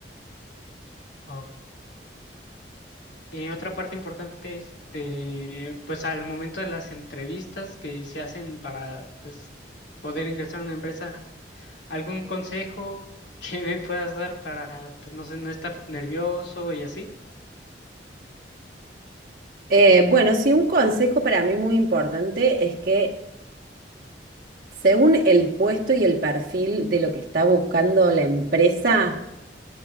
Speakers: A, on the left; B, on the right.
A: Ok. Y otra parte importante es, de, pues al momento de las entrevistas que se hacen para, pues, poder ingresar a una empresa, ¿algún consejo <laughs> que me puedas dar para, pues, no sé, no estar nervioso y así?
B: Eh, bueno, sí, un consejo para mí muy importante es que según el puesto y el perfil de lo que está buscando la empresa,